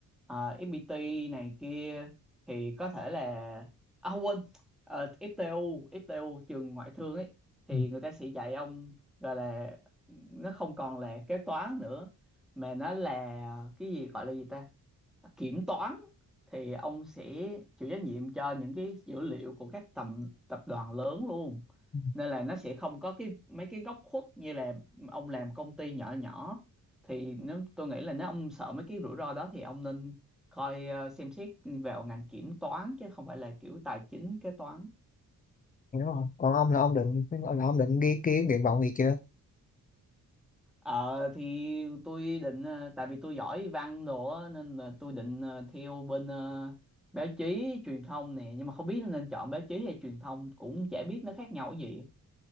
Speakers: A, in the centre; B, on the left.
A: ờ, FPT này kia thì có thể là à không quên ờ, FTU FTU trường ngoại thương ấy thì
B: ừ,
A: người ta sẽ dạy ông gọi là nó không còn là kế toán nữa mà nó là ờ, cái gì gọi là gì ta kiểm toán thì ông sẽ chịu trách nhiệm cho những cái dữ liệu của các tầm tập đoàn lớn luôn
B: ừ,
A: nên là nó sẽ không có cái mấy cái góc khuất như là ông làm công ty nhỏ nhỏ thì nếu tôi nghĩ là nếu ông sợ mấy cái rủi ro đó thì ông nên coi ờ, xem xét vào ngành kiểm toán chứ không phải là kiểu tài chính kế toán
B: đúng không còn ông là ông định là ông định ghi ký nguyện vọng gì chưa
A: Ờ thì tôi định ờ, tại vì tôi giỏi văn đồ á, nên là tôi định ờ, theo bên ờ, báo chí truyền thông nè nhưng mà không biết nên chọn báo chí hay truyền thông cũng chả biết nó khác nhau cái gì.